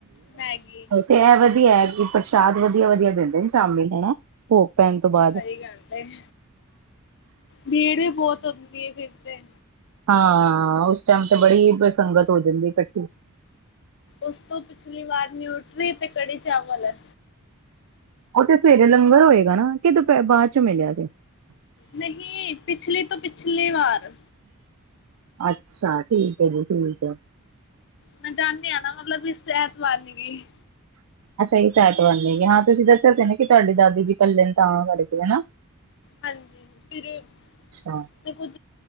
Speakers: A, on the left; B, on the right.
A: ਮੈਗੀ
B: ਤੇ ਇਹ ਵਧੀਆ ਹੈ। ਕਿ ਪ੍ਰਸ਼ਾਦ ਵਧੀਆ ਵਧੀਆ ਦਿੰਦੀਆਂ ਸ਼ਾਮ ਵੇਲੇ ਹਨਾ। ਭੋਗ ਪੈਣ ਤੋਂ ਬਾਦ
A: ਸਹੀ ਗਲ ਏ, ਡ ਭੀੜ ਵੀ ਬਹੁਤ ਹੁੰਦੀ ਫਿਰ ਤੇ
B: ਹਾਂ, ਉਸ ਟਾਈਮ ਤੇ ਬੜੀ ਸੰੰਗਤ ਹੋ ਜਾਂਦੀ ਇਕੱਠੀ
A: ਉਸ ਤੋਂ ਪਿਛਲੀ ਵਾਰ ਨਿਊਟਰੀ ਅਤੇ ਕੜੀ ਚਾਵਲ ਹੈ
B: ਉਹ ਤੇੇ ਸਵੇਰੇ ਲੰਗਰ ਹੋਏਗਾ ਨਾ, ਕਿ ਦਪ ਬਾਅਦ ਚ ਮਿਲਿਆ ਸੀ
A: ਨਹੀਂ, ਪਿਛਲੀ ਤੋਂ ਪਿਛਲੀ ਵਾਰ
B: ਅੱਛਾ, ਠੀਕ ਹੈ ਜੀ ਠੀਕ ਹੈ
A: ਮੈਂ ਜਾਂਦੀ ਹਾਂ ਨਾ ਮਤਲਬ, ਵੀ ਇਸ ਐਤਵਾਰ ਨੀ ਗੀ।
B: ਅੱਛਾ ਇਸ ਐਤਵਾਰ ਨਈ ਗੇ, ਹਾਂ ਤੁਸੀਂ ਦੱਸਿਆ ਸੀ ਨਾ ਕਿ ਤੁਹਾਡੀ ਦਾਦੀ ਜੀ ਇਕੱਲੇ ਨੇ ਤਾਂ ਕਰਕੇ ਹਨਾ
A: ਹਾਂਜੀ, ਫਿਰ
B: ਅੱਛਾ।
A: ਤੇ ਕੁੱਝ